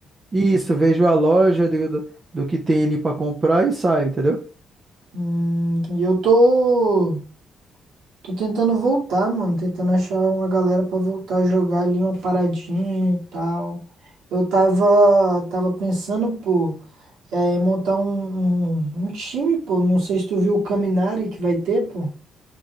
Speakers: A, on the right; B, on the right.
A: Isso, vejo a loja do, do, do que tem ali pra comprar e saio, entendeu?
B: Hum, entendi. Eu tô. Tô tentando voltar, mano. Tentando achar uma galera pra voltar a jogar ali uma paradinha e tal. Eu tava, tava pensando, pô, é, em montar um, um, um time, pô. Não sei se tu viu o Caminari que vai ter, pô.